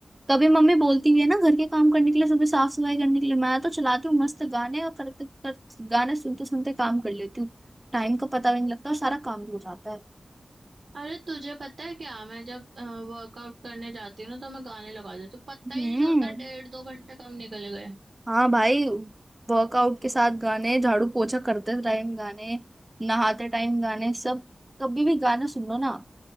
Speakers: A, on the right; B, on the right.
A: कभी मम्मी बोलती भी है ना घर के काम करने के लिए सुबह साफ सफाई करने के लिए मैं तो चलाती हूँ मस्त गाने और करते करते गाने सुनते सुनते काम कर लेती हूँ टाइम का पता भी नहीं लगता और सारा काम भी हो जाता है
B: अरे तुझे पता है क्या मैं जब वर्कआउट करने जाती हूँ ना तो मैं गाने लगा देती हूँ पता
A: हम्म
B: ही नहीं चलता डेढ़ दो घंटे कब निकल गए
A: हाँ भाई वर्कआउट के साथ गाने झाड़ू पोछा करते टाइम गाने नहाते टाइम गाने सब कभी भी गाने सुन लो ना